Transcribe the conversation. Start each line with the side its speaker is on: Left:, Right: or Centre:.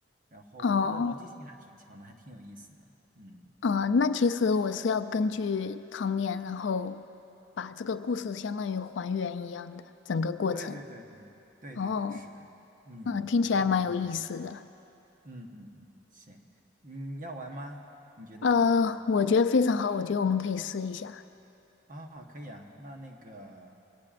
Right: 然后它的逻辑性还挺强的，
Left: 哦。
Right: 还挺有意思的。嗯，
Left: 呃，那其实我是要根据汤面，然后把这个故事相当于还原一样的整个过程。
Right: 对对对对对对对，
Left: 哦，
Right: 是的，嗯，
Left: 那听起来蛮有意思的。
Right: 你很聪明。嗯嗯嗯，行，你要玩吗？你觉得怎么样？
Left: 呃，我觉得非常好，我觉得我们可以试一下。
Right: 啊、可以啊，那那个，